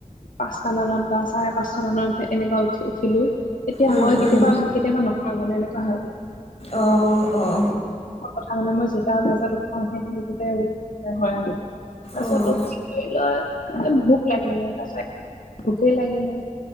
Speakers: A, on the left (about 75°); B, on the left (about 50°).
A: পাঁচটা মানত বা চাৰে পাঁচটা মানত এনেকুৱা উঠি উঠিলো। তেতিয়া
B: উম,
A: হয় কেতিয়াবা
B: উম।
A: কেতিয়াবা নহয় মানে এনেকুৱা হয়।
B: অ' অ'।
A: ক'ত কথা মানে মই জোতাৰ বজাত উঠাওঁ সেইটো নিজতে হয় আৰু। তাৰপিছত
B: অঁ
A: তোৰ কি কৰি লৈ ভোক লাগিলে তাৰ পিছত ভোকে লাগিলে।